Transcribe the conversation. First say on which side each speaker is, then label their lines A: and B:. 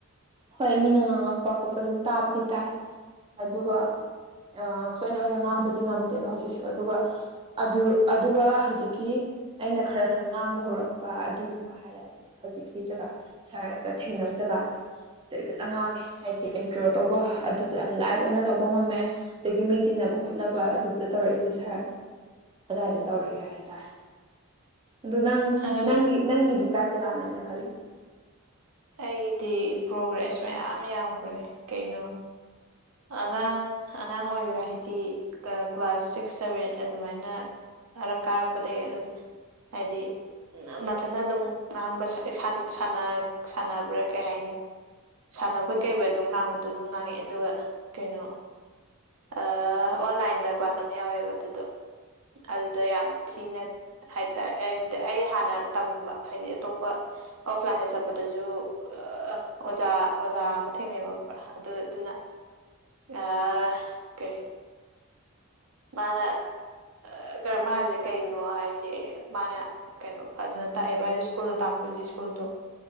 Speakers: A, on the right; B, on the right.
A: ꯍꯣꯏ ꯃꯤꯅ ꯉꯥꯡꯉꯛꯄ ꯈꯣꯠꯄ ꯑꯗꯨꯝ ꯇꯥꯕꯗꯤ ꯇꯥꯏ ꯑꯗꯨꯒ ꯑ ꯐ꯭ꯂꯨꯦꯟ ꯑꯣꯏꯅ ꯉꯥꯡꯕꯗꯤ ꯉꯝꯗꯦꯕ ꯍꯧꯖꯤꯛꯁꯨ ꯑꯗꯨꯒ ꯑꯗꯨ ꯑꯗꯨꯒ ꯍꯧꯖꯤꯛꯀꯤ ꯑꯩꯅ ꯈꯔ ꯈꯔ ꯉꯥꯡꯕ ꯍꯧꯔꯛꯄ ꯑꯗꯨꯒꯨꯝꯕ ꯍꯥꯏꯔ ꯗꯥꯏꯗꯅꯦ ꯍꯧꯖꯤꯛꯀꯤ ꯖꯒꯥ ꯁꯥꯔꯒ ꯊꯦꯡꯅꯕ ꯖꯒꯥꯖꯦ ꯁꯤꯗꯩ ꯈꯤꯇꯪ ꯉꯥꯡꯉꯦ ꯍꯥꯏꯗꯤ ꯏꯟꯇꯔꫭ ꯇꯧꯕ ꯑꯗꯨꯗꯣ ꯌꯥꯝ ꯂꯥꯏꯠ ꯑꯣꯏꯅ ꯂꯧꯕ ꯉꯝꯃꯦ ꯑꯗꯒꯤ ꯃꯤ ꯇꯤꯟꯅ ꯈꯣꯠꯅꯕ ꯑꯗꯨꯗ ꯇꯧꯔꯛꯏꯖꯦ ꯁꯥꯔꯅ ꯑꯗꯥꯏꯗ ꯇꯧꯔꯛꯑꯦ ꯍꯥꯏꯇꯥꯔꯦ ꯑꯗꯨ ꯅꯪ
B: ꯑꯗꯨ
A: ꯅꯪꯒꯤ ꯅꯪꯒꯤꯗꯤ ꯀꯥꯏ ꯖꯒꯥꯅꯦꯅ ꯈꯜꯂꯦ
B: ꯑꯩꯒꯤꯗꯤ ꯄ꯭ꯔꯣꯒ꯭ꯔꯦꯁ ꯃꯌꯥꯝ ꯌꯥꯝꯒ꯭ꯔꯦꯍꯦ ꯀꯩꯅꯣ ꯑꯉꯥꯡ ꯑꯉꯥꯡ ꯑꯣꯏꯔꯤꯉꯩ ꯍꯥꯏꯗꯤ ꯀ꯭ꯂꯥꯁ ꯁꯤꯛꯁ ꯁꯚꯦꯟ ꯑꯗꯨꯃꯥꯏꯅ ꯀꯔꯛ ꯀꯥꯔꯛꯄꯗꯒꯤ ꯑꯗꯨꯝ ꯍꯥꯏꯗꯤ ꯅꯃꯊꯟꯗ ꯑꯗꯨꯝ ꯉꯥꯡꯕ ꯁꯥ ꯁꯥꯟ ꯁꯟꯅꯥ ꯁꯥꯟꯅꯕ꯭ꯔꯥ ꯀꯩ ꯍꯥꯏꯅꯤ ꯁꯥꯟꯅꯕ ꯀꯩꯕꫭꯏ ꯑꯗꯨꯝ ꯉꯥꯡꯕꯗꯣ ꯑꯗꯨꯝ ꯉꯥꯡꯉꯛꯑꯦ ꯑꯗꯨꯒ ꯀꯩꯅꯣ ꯑꯥ ꯑꯣꯟꯂꯥꯏꯟꯗ ꯀ꯭ꯂꯥꯁ ꯑꯃ ꯌꯥꯎꯋꯦꯕ ꯑꯗꯨꯗꯣ ꯑꯗꯨꯗ ꯌꯥꯝ ꯊꯤꯅ ꯍꯥꯏꯇꯥꯔꯦ ꯑꯩꯟ ꯑꯩ ꯍꯥꯟꯅ ꯇꯝꯕ ꯍꯥꯏꯗꯤ ꯑꯇꯣꯞꯄ ꯑꯣꯐꯂꯥꯏꯟꯗ ꯆꯠꯄꯗꯖꯨ ꯑ ꯑꯣꯖꯥ ꯑꯣꯖꯥ ꯑꯃ ꯊꯦꯡꯅꯩꯕ ꯈꯪꯕ꯭ꯔ ꯑꯗꯨ ꯑꯗꯨꯅ ꯑꯥ ꯀꯩ ꯃꯥꯅ ꯑ ꯒꯔꯃꯥꯔꯖꯦ ꯍꯥꯏꯖꯦ ꯃꯥꯅ ꯀꯩꯅꯣ ꯐꯖꯅ ꯇꯥꯛ ꯑꯦꯕ ꯍꯥꯏꯗꯤ ꯏꯁ꯭ꯀꯨꯜꯗ ꯇꯥꯛꯄꯗꯤ ꯏꯁ꯭ꯀꯨꯜꯗꫭ